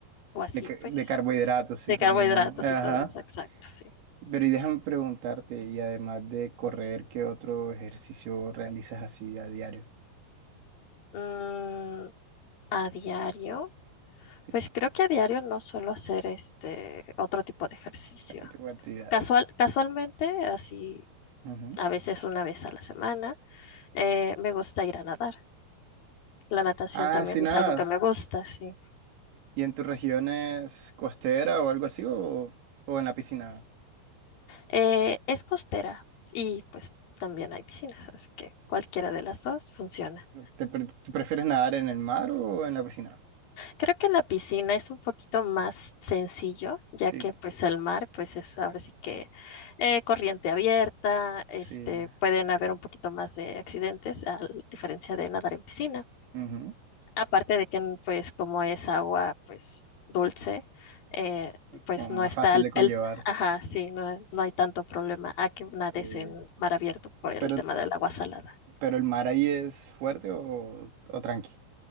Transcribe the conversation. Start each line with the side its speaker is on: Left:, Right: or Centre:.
Left: o así
Right: De, ca-
Left: pues,
Right: de carbohidratos, sí,
Left: de
Right: también.
Left: carbohidratos
Right: Ajá.
Left: y todo eso, exacto, sí.
Right: Pero y déjame preguntarte, y además de correr, ¿qué otro ejercicio realizas así a diario?
Left: Mm, a diario.
Right: Sí,
Left: Pues creo que a diario no suelo hacer este otro tipo de ejercicio.
Right: ¿qué tipo de actividades?
Left: Casual, casualmente, así
Right: Ujú.
Left: a veces una vez a la semana, eh, me gusta ir a nadar. La natación
Right: Ah,
Left: también
Right: sí, nada.
Left: es algo que me gusta, sí.
Right: ¿Y en tus regiones costera o algo así o, o en la piscina?
Left: Eh, es costera y pues también hay piscinas, así que cualquiera de las dos funciona.
Right: ¿Te pre- tú prefieres nadar en el mar o en la piscina?
Left: Creo que en la piscina es un poquito más sencillo, ya
Right: Sí,
Left: que pues el mar pues es ahora sí que eh, corriente abierta, este,
Right: sí.
Left: pueden haber un poquito más de accidentes a diferencia de nadar en piscina.
Right: ujú,
Left: Aparte de que pues como es agua pues dulce, eh, pues
Right: Como
Left: no
Right: más
Left: está
Right: fácil
Left: el,
Right: de conllevar.
Left: el- ajá, sí, no, no hay tanto problema a que nades
Right: Sí.
Left: en mar abierto por el
Right: Pero,
Left: tema del agua salada.
Right: pero el mar ahí es fuerte o, o tranqui.